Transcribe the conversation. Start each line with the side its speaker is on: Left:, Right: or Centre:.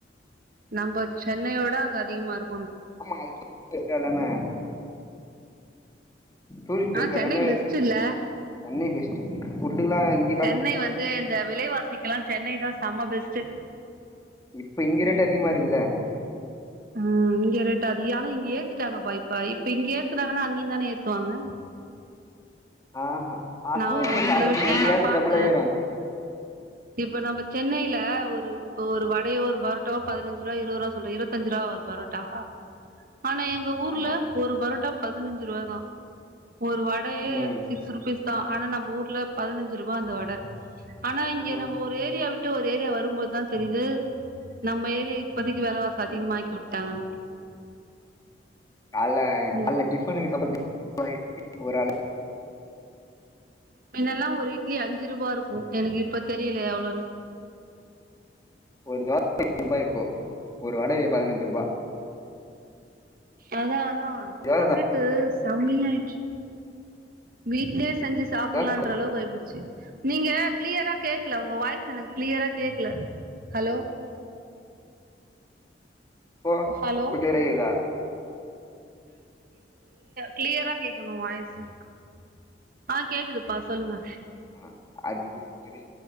Right: நம்ம சென்னையோட அங்க அதிகமா இருக்கு
Left: ஆமாங்க அது சென்னை ல இருக்கு எல்லாமே டூரிஸ்ட்
Right: ஆனா
Left: பிளேஸ்
Right: சென்னை
Left: எல்லாமே
Right: பெஸ்ட் இல்ல
Left: தனி பெஸ்ட்டு ஃபுட்டுனா இங்
Right: சென்னை வந்து இந்த விலைவாசிக்லா சென்னை தா சம பெஸ்ட்டு
Left: இப்ப இங்க ரேட்டு அதிகமா இருக்குதுல்ல
Right: அ இங்க ரேட்டு அதி ஆனா இங்க ஏத்திட்டாங்கப்பா இப்ப இங்க ஏத்துனாங்கன்னா அங்கயுந்தான ஏத்துவாங்க
Left: ஆ ஹ அப்பவு
Right: நா
Left: இங்க
Right: ஒரு
Left: காய்கறி
Right: சில விஷயம்லா
Left: இங்க ஏர்றது
Right: பாத்தே
Left: டபுளா ஏறு
Right: இப்ப நம்ம சென்னையில ஒரு இப்போ ஒரு வடையோ ஒரு பரோட்டாவோ பதினஞ்சு ரூபா இருபது ரூபா சொல்றே இருபத்தஞ்சு ரூபாவா ஒரு பரோட்டா ஆனா எங் எங்க ஊர்ல
Left: ஆமா
Right: ஒரு பரோட்டா பதினஞ்சு ரூபா தா ஒரு வடையே
Left: ம்
Right: சிக்ஸ் ருபீஸ் தா ஆனா நம்ம ஊர்ல பதினஞ்சு ரூபா அந்த வடை ஆனா இங்க
Left: ம்
Right: நம்ம ஒரு ஏரி யா விட்டு ஒரு ஏரியா வரும்போது தா தெரியுது நம்ம ஏரியா இப்பதைக்கு வெலவாசி அதிகமாக்கி உட்டாங்க ஆனா
Left: கால்ல
Right: இங்க
Left: கால்ல டிஃபனுக்கு சமைக்க இப்ப இப்ப ஒரு ஆளுக்கு
Right: மின்னல்லா ஒரு இட்லி அஞ்சு ரூபா இருக்கு எனக்கு இப்ப தெரியல எவ்ளோன்னு
Left: ஒரு தோச <unintelligible> ரூபாய் இப்போ ஒரு வடை இங்க பதினஞ்சு ரூபா
Right: அதா அதா ரொம்ப
Left: தோச
Right: ரேட் டு செம்மயாயிடுச்சு வீட்லயே செஞ்சு சாப்புட்லான்ற
Left: சாப்
Right: அளவுக்கு ஆயிப்போச்சு ச்சு நீங்க க்ளியரா கேக்கல உங்க வாய்ஸ் எனக்கு க்ளியரா கேக்கல ஹலோ
Left: பக்
Right: ஹலோ
Left: இப்ப கெடைக்குதா
Right: கிளியரா கேக்கணு வாய்ஸ்சு ஆ கேக்குதுப்பா சொல்லுங்க
Left: ஆ அது சரி